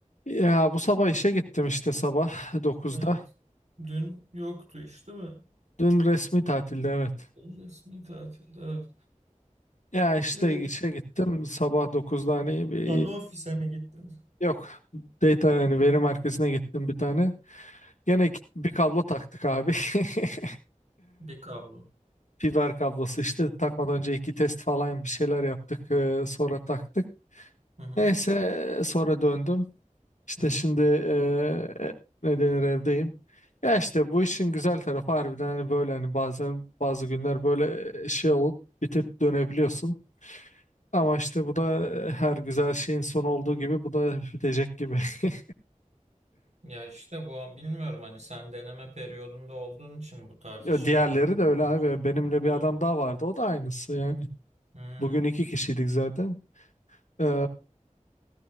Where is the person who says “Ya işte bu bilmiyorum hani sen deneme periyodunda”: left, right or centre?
Right